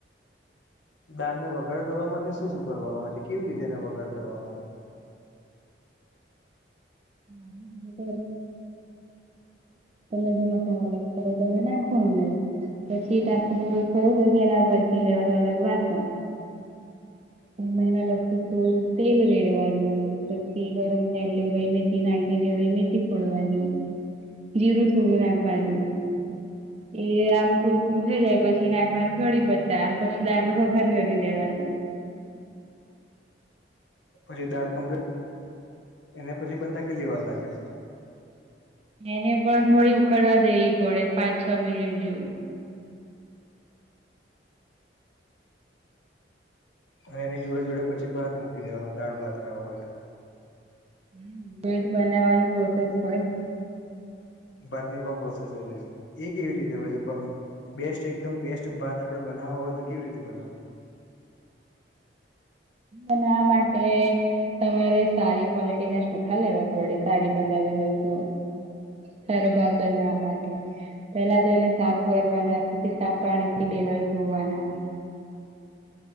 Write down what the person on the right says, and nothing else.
<unintelligible> તમને જે મસાલા લગતા હોય તેને નાખો અંદર પછી એ ટાસ્ પૂરો થયો પછી એના પછી લેવાનો અલગ વાસ બે મહિના લખતું થોડુ તેલ રેડવાનું પછી ગરમ થાય એટલે રઈ, મેથી નાખીને રઈમેથી પડવાની. જીરું થોડું નાખવાનું એ આમ કુરુકુરું થઇ જાય પછી નાખવાનું કઢી પત્તા પછી દાડ નો વઘાર કરી દેવાનું.
એને પણ થોડી ઉકળવા દેવી પડે પાંચ છ મિનિટ જેવું.
હ મ ભટ્ટ બનાવવાની પ્રોસેસ પન
અને આ માટે તમારે સારી ક્વોલિટી ના ચોખા લેવા પડે સારી બનાવી હોય તો સારો ભાત બનાવા માટે પેલા તો એને સાફ કરવાના, પછી સાફ પાણી થી બે વાર ધોવાના.